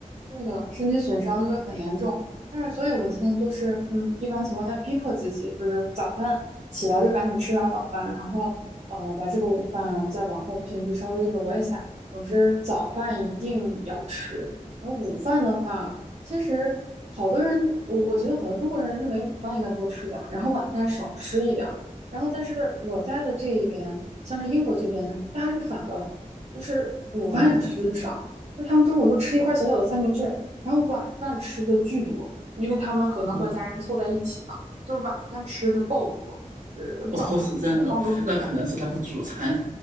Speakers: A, on the right; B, on the right.
A: 对的，身体损伤就会很严重。但是，所以我现在都是，嗯，一般情况下逼迫自己，就是早饭起来就赶紧吃点儿早饭，然后呃，把这个午饭再往后不行就稍微挪一下。总之，早饭一定要吃。然后午饭的话，其实好多人，我我觉得好多中国人认为午饭应该多吃点儿，然后晚饭少吃一点儿。然后，但是我在的这一边，像是英国这边，大家是反过来，就是午饭吃的少。
B: 哦
A: 那他们中午就吃一块小小的三明治，然后晚饭吃的巨多，因为他们可能和家人凑在一起嘛，
B: 哦，
A: 就是晚饭吃的爆多，呃，
B: 哦，
A: 早饭、
B: 是这样的，
A: 中午饭都很，
B: 那可能是他们主餐